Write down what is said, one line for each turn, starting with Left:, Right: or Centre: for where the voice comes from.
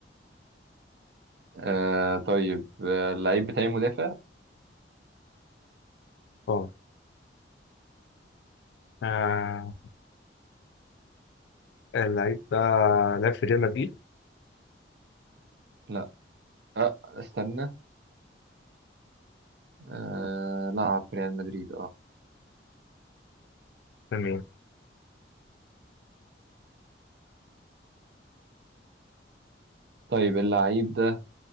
Right: آه... طيب آه... اللعيب بتاعي مدافع
Left: اه آه، اللعيب ده لعب في ريال مدريد
Right: لا آه... استنى آه... لعب في ريال مدريد اه
Left: تمام
Right: طيب اللعيب ده